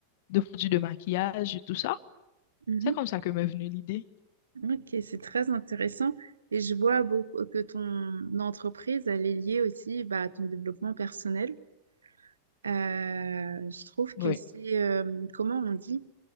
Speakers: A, on the left (about 50°); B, on the right (about 75°).
A: de produits de maquillage, et tout ça.
B: Mhm.
A: C'est comme ça que m'est venue l'idée.
B: Ok, c'est très intéressant. Et je vois beaucoup que ton entreprise, elle est liée aussi bah, à ton développement personnel. Euh, je trouve que
A: Oui,
B: c'est, euh, comment on dit?